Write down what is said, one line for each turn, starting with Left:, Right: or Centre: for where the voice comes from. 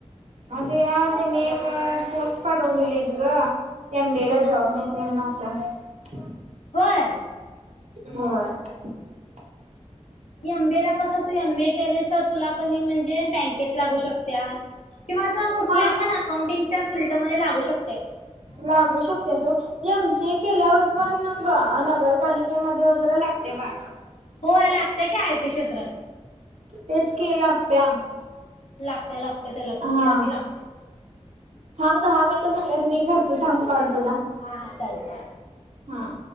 Right: हा ते त्यांनी एक पोस्ट पाठवलेलीती ग एम बीए
Left: हा
Right: ला जॉब नाही मिळणार <inaudible>
Left: होय.
Right: <inaudible>
Left: गेम त्याला कस तू एमबी केलीस तर तुला कणी म्हणजे बँकेत लागू शकतीया. किंवा अस कुठल्या
Right: हा
Left: पण अकाउंटिंग त्या फिल्टरमध्ये लागू शक
Right: लागू शकतिया सोड एम सि ए केल्यावर पण नगरपालिकेमध्ये वगैरे लागतिया बा
Left: होय लागत्या की आयटी क्षेत्रात
Right: तेच की लागत्या
Left: लागत्या लागत्या त्याला पण
Right: हा
Left: केलं की लागत्या
Right: थांब दहा मिनटं झाल्यात मी करतो थांब कॉल तुला
Left: हा हा चालतय. <unintelligible>
Right: हा आ